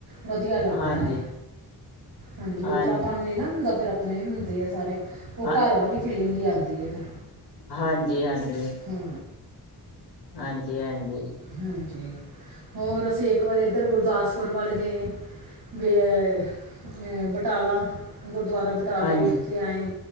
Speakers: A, on the right; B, on the left.
A: ਵਧੀਆ ਲੱਗਦਾ
B: ਹਾਂਜੀ
A: ਏ, ਹਾਂਜੀ
B: ਹਾਂ
A: ਓਪਰਾ ਪਨ ਨੀ ਹੁੰਦਾ ਫੇਰ ਆਪਣੇ ਹੁੰਦੇ ਆ ਸਾਰੇ, ਉਹ
B: ਹਾਂ
A: ਘਰ ਵਾਲੀ ਫੀਲਿੰਗ ਜੀ ਆਉਂਦੀ ਹੈ ਫਿਰ।
B: ਹਾਂਜੀ- ਹਾਂਜੀ।
A: ਹੂੰ।
B: ਹਾਂਜੀ- ਹਾਂਜੀ।
A: ਹਾਂਜੀ, ਹੋਰ ਅਸੀਂ ਇੱਕ ਵਾਰੀ ਇੱਧਰ ਗੁਰਦਾਸਪੁਰ ਵੱਲ ਗਏ, ਵੇ ਬਟਾਲਾ। ਗੁਰਦੁਆਰਾ ਬਟਾਲੇ
B: ਹਾਂਜੀ
A: ਵੇਖ ਕੇ ਆਏ।